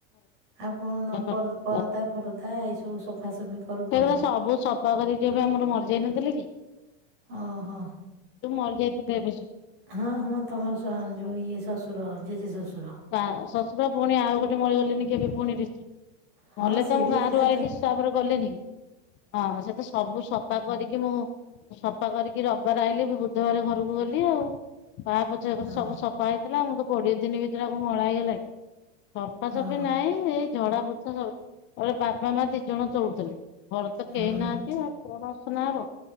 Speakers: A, on the right; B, on the left.
A: ଆଉ କଣ ଦ
B: କରିଦେବି
A: ପର ପରଦା ଫରଦା ଏଇସବୁ ସଫାସଫି। କରୁ ପୁଣି
B: ସେଉରା ସବୁ ସଫା କରିଛି ଏବେ ଆମର ମରିଯାଇନଥିଲେ କି?
A: ଓହୋ
B: ଯୋଉ ମାରି ଯାଇଥିଲେ ଏବେ ସ
A: ହଁ ହଁ ତମର ଶ ଯୋଉ ଇଏ ଶ୍ୱଶୁର ଜେଜେ ଶ୍ୱଶୁର
B: ତା ଶଶୁର ପୁଣି ଆଉ ଗୋଟେ ମାରିଗଲେନି କି ଏବେ ପୁଣି ଡି
A: ହଁ
B: ମଲେ
A: ସିଏ
B: ତ ମୁଁ
A: ବି
B: ଗାଁ
A: ସେ ତା
B: ରୁ ଆଇଲି
A: ତା
B: ସାବରେ ଗଲେନି କି? ହଁ ହଁ ସେ ତ ସବୁ ସ ସଫା କରିକି ମୁଁ ସଫା କରିକି ରବିବାର ଆଇଲିି ମୁ ବୁଧବାର ଘରକୁ ଗଲି ଆଉ। ପା ପଛା ପରେ
A: ହଁ
B: ସବୁ ସଫା ହେଇଥିଲା ମୁଁ ତ କୋଡିଏ ଦିନ ଭିତରେ ଆଉ କଣ ମଇଳା ହେଇଗଲା କି? ସଫାସଫି
A: ହଁ
B: ନାଇଁ ଏଇ ଝଡା ପୋଛା ସବ୍ ବାବା ମା ଦି ଜଣ ଚଳୁଥିଲେ। ଘର ତ କେହି
A: ହଁ
B: ନାହାନ୍ତି ଆଉ କଣ ଅସନା ହବ।